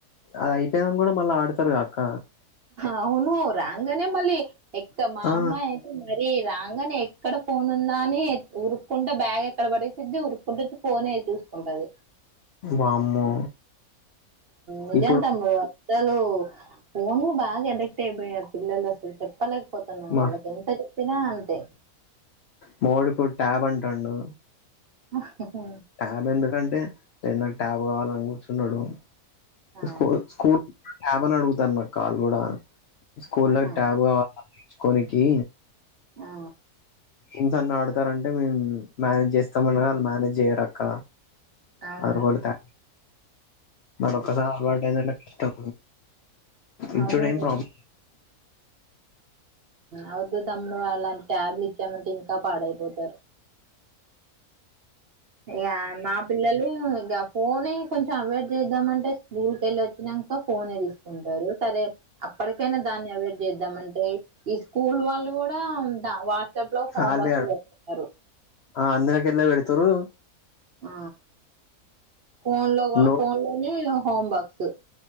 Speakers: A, on the left (about 70°); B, on the right (about 55°).
A: అది అయిపోయినా కూడా మళ్ళా ఆడతారు గాక్క
B: అవును రాంగనే మళ్ళీ ఎ మా
A: ఆ
B: అమ్మాయి అయితే మరి రాంగనే ఎక్కడ ఫోన్ ఉందా అని ఉరుక్కుంటే బ్యాగ్ ఎక్కడ పడేసిద్ది ఉరుక్కుంట వచ్చి ఫోన్ చూసుకుంటది
A: వామ్మో
B: నిజం
A: ఇప్పుడు
B: తమ్ముడు అసలు ఫోన్ బాగా అడిక్ట్ అయిపోయారు పిల్లలు అసలు చె చెప్పలేకపోతున్నాం
A: మా
B: వాళ్ళకి ఎంత చెప్పినా అంతే
A: మా ఓడు ఇప్పుడు ట్యాబ్ అంటుండు
B: ఆహ హు
A: ట్యాబ్ ఎందుకంటే లేద్ నాకు ట్యాబ్ కావాలని కూర్చున్నాడు
B: ఆ
A: స్కూ స్కూల్ ట్యాబ్ అని అడుగుతాను మక్క వాళ్ళు కూడా స్కూల్
B: ఆహా
A: లోకి ట్యాబ్ కావాల అన్ని ఇచ్చుకోనికి
B: ఆ
A: ఇంతన్న ఆడుతారంటే మేము మేనేజ్ చేస్తామనీ అనగా వాళ్ళు మేనేజ్ చేయరక్క
B: అవును
A: అరుకొడుతా మల్ల ఒకసారి అలవాటు అయింది అంటే కష్టం ఇచ్చడు
B: అవును
A: ఏం ప్రాబ్ల
B: అవుద్దు తమ్ముడు అలాంటి ట్యాబ్లు ఇచ్చామంటే ఇంకా పాడైపోతారు ఇగ మా పిల్లలు గా ఫోనే కొంచెం అవాయిడ్ చేద్దామంటే స్కూల్ కెళ్ళొచ్చినాక ఫోనే తీసుకుంటారు సరే అప్పటికైనా దాన్ని అవాయిడ్ చేద్దామంటే ఈ స్కూల్ వాళ్ళు కూడా వాట్సాప్ లో హోమ్
A: ఆళ్ళే
B: వర్క్
A: అడు
B: పెడుతున్నారు
A: ఆ అందరికి ఇట్లనే పెడుతున్నారు
B: ఆ ఫోన్ లోగ
A: నో
B: ఫోన్ లోనే హోమ్ బక్స్